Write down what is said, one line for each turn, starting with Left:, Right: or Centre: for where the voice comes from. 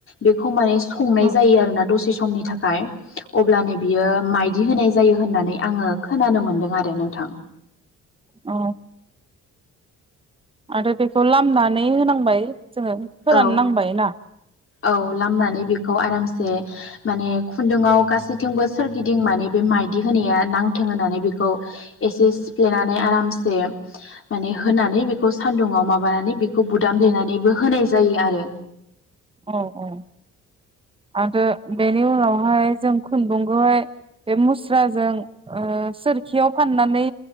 Left: बेखौ माने संनाय
Right: औ
Left: जायो आरोना दसे समनि थाखाय खाय अब्लानो बियो माइदि होनाय जायो होननानै आङो खोनानो मोनदों आरो नोंथां
Right: औ आरो बेखौ लामनानै होनांबाय जोङो फोराननांबाय
Left: औ
Right: ना
Left: औ लामनानै बेखौ आरामसे माने खुन्दंआव गासैथिंबो सोरगिदिं माने बे माइदि होनाया नांथों होननानै बिखौ एसे सिफेलेनानै आरामसे माने होनानै बिखौ सानदुंआव माबानानै बिखौ बदामलेनानैबो होनाय जायो। जायो आरो।
Right: औ औ आरो बेनि उनावहाय जों खुन्दुंखौहाय बे मुस्राजों ओ सोरखियाव फाननानै